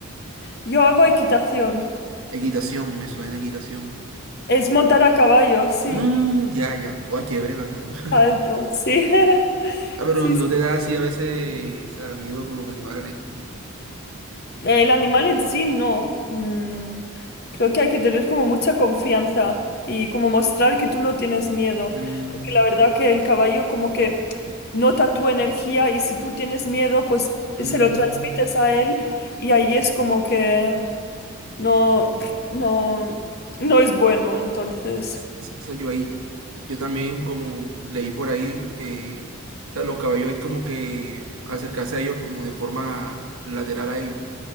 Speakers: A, on the left; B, on the right.
A: Yo hago equitación.
B: Equitación, me suena equitación.
A: Es montar a caballo, sí.
B: Mm, ya, ya. Oh, chévere, bacano. <laughs>
A: Salto, sí. <laughs>
B: Ah, pero
A: Sí,
B: no te da así a veces, o sea, miedo con los animales, con
A: El
B: algo.
A: animal en sí no. Mm, creo que hay que tener como mucha confianza y como mostrar que tú no tienes miedo,
B: Mm,
A: porque la verdad que el caballo como que nota tu energía y si tú tienes miedo, pues
B: mm,
A: eh, se lo transmites a él y ahí es como que no, no, no es bueno, entonces.
B: s- s- o sea, yo ahí, yo también como leí por ahí que, o sea, los caballos hay como que acercarse a ellos como de forma lateral a ellos.